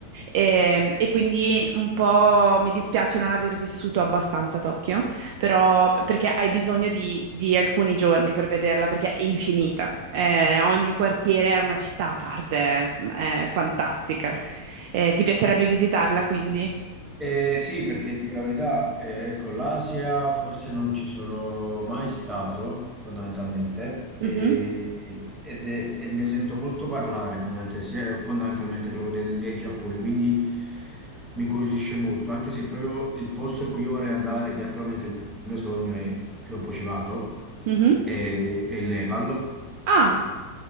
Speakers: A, on the right; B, on the right.
A: E, e quindi un po' mi dispiace non aver vissuto abbastanza a Tokyo però perché hai bisogno di, di alcuni giorni per vederla, perché è infinita. Eh, ogni quartiere è una città a parte, è, è fantastica. Eh, ti piacerebbe visitarla, quindi?
B: Eh, sì, perché dico la verità, eh, ecco, l'Asia forse non ci sono mai stato, fondamentalmente, e,
A: Mhm,
B: ed è- e ne sento molto parlare, fondamentalmente, sia- fondamentalmente proprio del, del Giappone, quindi mi incuriosisce molto, anche se proprio il posto in cui io vorrei andare, che attualmente il mio sogno è, prima o poi ci vado,
A: mhm.
B: è, è il Nepal.
A: Ah,